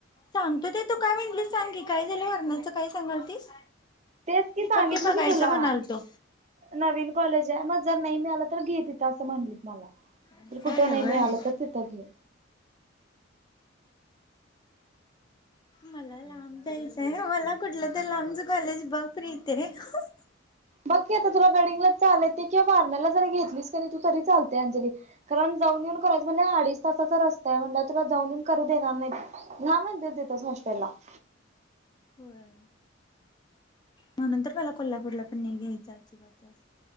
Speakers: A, on the left; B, on the right.
A: सांगतो ते तू काय म्हणलीस सांग की काय झालं वरणाचं काय सांगालतीस?
B: तेच कि
A: मी
B: सांगितलं
A: पण ते बघायचं
B: की तुला
A: म्हणालतो
B: नवीन कॉलेज आहे जर नाही मिळाल तर घे तिथं असं म्हणलीत मला
A: असं
B: कुठं
A: आहे
B: नाही
A: व्हय
B: मिळालं आलं तर तिथ घे
A: मला लांब जायचंय मला कुठलं तर लांबच कॉलेज बघ प्रिते <inaudible>
B: बग कि आता तुला गडहिंग्लजच चालतय किंवा वारणाला जरी घेतलीच का तू तरी चालते अंजली कारण जाऊ जा करायच म्हटल्यावर अडीच तासाचा रस्ता आहे म्हटल्यावर तुला जाऊन येऊन करू देणार नाही म्हण <inaudible> त्याच हॉस्टेलला <inaudible>
A: होय म्हणून तर मला कोल्हापूरला पण नाही घ्यायचं अजिबातच